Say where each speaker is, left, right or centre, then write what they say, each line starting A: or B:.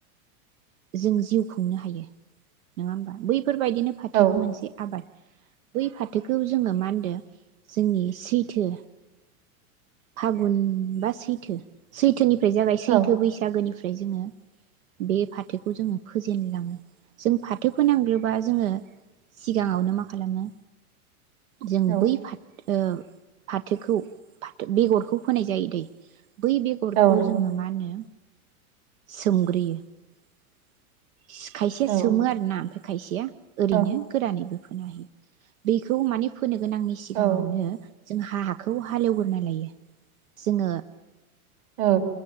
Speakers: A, on the right; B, on the right.
A: जों जिउ खुंनो हायो नङा होमबा बै फोरबायदिनो फाथोआबो
B: औ
A: मोनसे आबाद। बै फाथोखौ जोङो मा होनदो जोंनि सैथो। फागुन बा सैथो -सैथोनि <unintelligible> जाबाय
B: औ
A: सैथो बैसागोनिफ्राय <unintelligible> जोङो बे फाथोखौ जोङो फोेजेनलाङो जों फाथो फोनांग्रोबा जोङो सिगाङावनो मा खालामो जों
B: औ
A: बै <unintelligible> ओ फाथोखौ बेगरखौ फोनाय जायो दै बै बेगरखौ
B: औ नंगौ
A: जोङो मा होनो सोमग्रोयो । खायसे
B: नोंथां।
A: सोमो आरोना। खायसेया ओरैनो
B: औ
A: गोरानैबो फोना होयो बेखौ माने फोनो गोनांनि सिगाङावनो
B: औ
A: जों हा-हाखौ हालेवग्रोना लायो। जोङो
B: औ